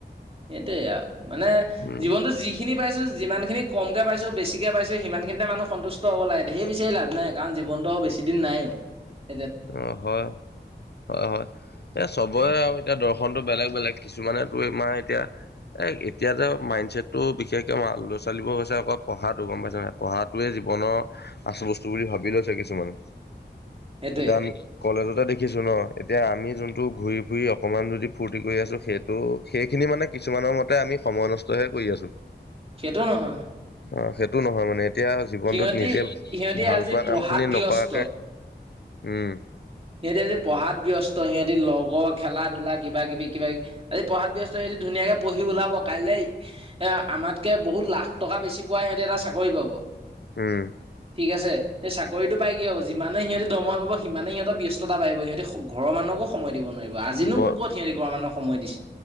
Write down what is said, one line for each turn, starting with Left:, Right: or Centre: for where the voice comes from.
Right: সেইটোৱে আৰু মানে
Left: উম
Right: জীৱনতো যিখিনি পাইছো যিমানখিনি কমকে পাইছো, বেছিকে পাইছো সিমানখিনতে মানুহ সন্তুষ্ট হ'ব লাগে, ধেৰ বিচাৰি লাভ নাই কাৰণ জীৱনটো বেছি বেছিদিন নাইয়ে।
Left: অ হয় হয় হয় এই চবৰে আৰু এতিয়া দৰ্শনটো বেলেগ বেলেগ, কিছুমানে তোৰ আমাৰ এতিয়া এ এতিয়াত মাইণ্ড ছেটটো বিশেষকে ল'ৰা ছোৱালীৰ হৈছে অকল পঢ়াটো গম পাইছ নাই পঢ়াটোৱে জীৱনৰ আচল বস্তু বুলি ভাবি লৈছে কিছুমানে
Right: সেইটোৱে
Left: এতিয়া আমি কলেজতে দেখিছোঁ নহয় এতিয়া আমি যোনটো, ঘূৰি-ফুৰি অকণমান যদি ফূৰ্তি কৰি আছোঁ, সেইটো, সেইখিনি মানে কিছুমানৰ মতে আমি সময় নষ্টহে কৰি আছোঁ।
Right: সেইটো নহয়
Left: অ', সেইটো নহয়, মানে এতিয়া জীৱনটোত
Right: সিহঁতি
Left: নিজে
Right: সিহঁতি
Left: ভাল
Right: আজি
Left: পোৱা কামখিনি
Right: পঢ়াত ব্যস্ত
Left: নকৰাকে উম।
Right: সিহঁতি আজি পঢ়াত ব্যস্ত, সিহঁত যদি লগৰ, খেলা-ধূলা, কিবা-কিবি, কিবা-কিবি, আজি পঢ়াত ব্যস্ত, সিহঁতি ধুনীয়াকৈ পঢ়ি ওলাব কাইলৈ এ, আমাতকৈ বহুত লাখ টকা বেছি পোৱা সিহঁতি এটা চাকৰি পাব।
Left: হম।
Right: ঠিক আছে, সেই চাকৰিটো পাই কি হ'ব? যিমানেই সিহঁতি দৰমহা পাব, সিমানেই সিহঁতৰ ব্য ব্যস্ততা বাঢ়িব। সিহঁতি ঘৰৰ মানুহকো সময় দিব নোৱাৰিব। আজিনো
Left: ব
Right: ক'ত সিহঁতি ঘৰৰ মানুহক সময় দিছে?